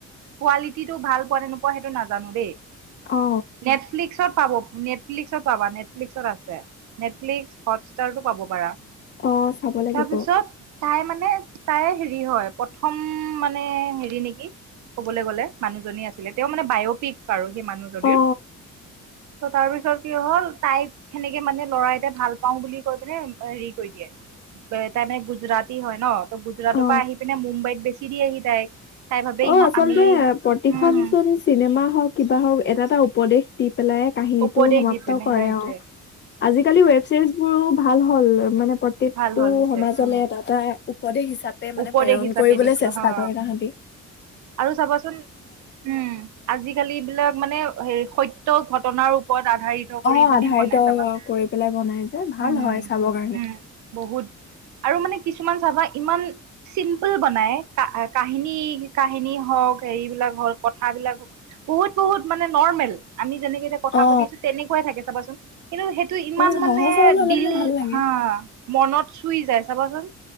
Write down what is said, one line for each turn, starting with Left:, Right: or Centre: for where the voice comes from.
Right: কোৱালিটিটো ভাল পোৱা নে নোপোৱা, সেইটো নাজানো দেই। -নেটফ্লিক্স
Left: অ
Right: পাব নেটফ্লিক্সত পাবা। নেটফ্লিক্সত আছে। নেটফ্লিক্স, হটষ্টাৰটো পাব পাৰা?
Left: অ চাব লাগিব
Right: তাৰপিছত, তাই মানে তাই হেৰি হয়। প্ৰথম মানে হেৰি নেকি? ক'বলৈ গ'লে মানুহজনী আছে তেতিয়াও মানে বায়'পিক বাৰু। মানুহজনীৰ
Left: অ
Right: ত' তাৰ পিছত কি হ'ল -তাইক তেনেকে মানে ল'ৰাই এটাই ভাল পাও বুলি কৈ পিনে হেৰি কৰি দিয়ে। তাৰমানে, গুজৰাটী হয় ন। গুজৰাটৰ
Left: অ
Right: পৰা আহি পিনে মুম্বাইত বেছিচে। -সি আহি তাইক তাই ভাবে
Left: অ'
Right: ইহ
Left: আচলতে
Right: আমি উম
Left: প্ৰতিখন
Right: হম
Left: চোন চিনেমা হওক, কিবা হওক এটা এটা উপদেশ দি - পেলাই কাহিনীটো
Right: উপদেশ
Left: সমাপ্ত
Right: দি পিনে
Left: কৰে
Right: সেইটোৱে
Left: আৰু। আজি কালি ওৱেৱ ছিৰিজ বোৰো -ভাল হ'ল ৰবা। -মানে প্ৰত্যেকটো
Right: ভাল হ'ল হৈছে
Left: সমাজলে
Right: উম।
Left: এটা এটা উপদেশ হিচাপে -পে মানে
Right: উপদেশ
Left: প্ৰেৰণ
Right: হিচাপে
Left: কৰিবলৈ
Right: দিছে
Left: চেষ্টা
Right: হ
Left: কৰে তাহাতি।
Right: আৰু চাবাচোন, উম। আজিকালি বিলাক মানে হেৰি, সত্য -ত ঘটনাৰ ওপৰত -আধাৰিত কৰি
Left: অ
Right: পিনে
Left: আধাৰিত
Right: বনাই চাবাচোন।
Left: কৰি পেলাই বনাই যে ভাল
Right: উম।
Left: হয় চাবৰ কাৰণে
Right: উম। বহুত। আৰু মানে কি কিছুমান চাবা ইমান চিম্পুল বনাই। কাহিনী কাহিনী হওক, হেৰি বিলাক হওক, কথাবিলাক হওক বহুত বহুত মানে নৰ্মেল। আমি যেনেকে এতিয়া কথা
Left: অ
Right: পাতিছো, তেনেকুৱাই থাকে চাবাচোন কিন্তু, সেইটো ইমান
Left: উম
Right: মানে
Left: সহজ সৰল হলে
Right: দিল,
Left: বোলে ভাল লাগে
Right: হা মনত- চুই যায়, চাবাচোন।